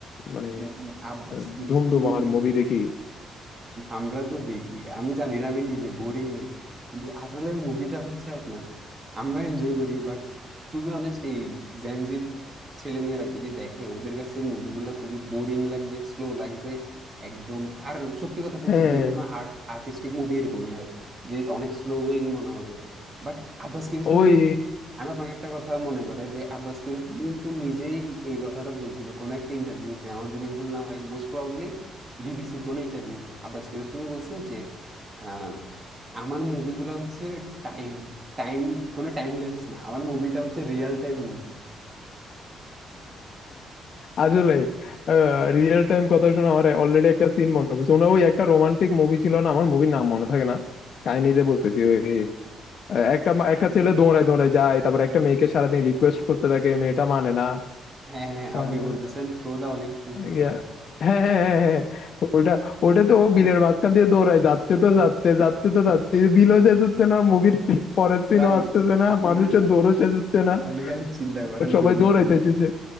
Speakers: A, on the left; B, on the right.
A: মানে
B: উম, উম, আব্বাস
A: আহ,
B: কিরোস্তমের
A: ধুমধুমার
B: মুভি
A: মুভি দেখি
B: আমরা তো দেখি আমি জানি না আমি নিজে বোরিং নাকি কিন্তু আসলে মুভিটা হচ্ছে আপনার আমরা এনজয় করি বাট টু বি অনেস্ট এই জেনজির ছেলেমেয়েরা যদি দেখে ওদের কাছে মুভিগুলো খুবই বোরিং লাগবে স্লো লাগবে একদম আর সত্যি কথা বলতে
A: হ্যাঁ
B: যে কোনো আর্ট আর্টিস্টিক মুভি এরকমই হয় যে অনেক স্লো গোয়িং মনে হবে বাট আব্বাস কিরোস্তমি
A: ওই
B: আমি আপনাকে একটা কথা মনে করে যে আব্বাস কিয়ারোস্তামি কিন্তু নিজেই এই কথাটা বলছিল কোন একটা ইন্টারভিউতে আমার যদি ভুল না হয় মোস্ট প্রবাবলি বিবিসির কোন ইন্টারভিউতে আব্বাস কিয়ারোস্তামি বলছে যে আহ, আমার মুভিগুলা হচ্ছে টাইম টাইম কোনো টাইম ল্যাপস না আমার মুভিটা হচ্ছে রিয়েল টাইম মুভি
A: আসলে রিয়েল টাইম কথা শুনে আমার অলরেডি একটা সিন মনে পড়ছে ওনা ওই একটা রোমান্টিক মুভি ছিল না আমার মুভির নাম মনে থাকে না কাহিনীটা বলতেছি ওই আহ, একটা মা- একটা ছেলে দৌড়ায় দৌড়ায় যায় তারপর একটা মেয়েকে সারাদিন রিকোয়েস্ট করতে থাকে মেয়েটা মানে না
B: হ্যাঁ হ্যাঁ
A: আহ,
B: আপনি বলতেছেন থ্রো দা অলিভ ট্রিজ এর
A: ইয়া,
B: কথা
A: হ্যাঁ হ্যাঁ হ্যাঁ হ্যাঁ ওটা ওটা তো ও বিলের মাঝখান দিয়ে দৌড়ায় যাচ্ছে তো যাচ্ছে যাচ্ছে তো যাচ্ছে বিলও শেষ হচ্ছে না মুভির পরের সিনও
B: ভাই
A: আসতেছে না
B: আপনি
A: মানুষের
B: খালি
A: দৌড়ও শেষ হচ্ছে না
B: আপনি খালি চিন্তা করেন
A: বাট সবাই
B: ওই মুভি
A: দৌড়াইতেছে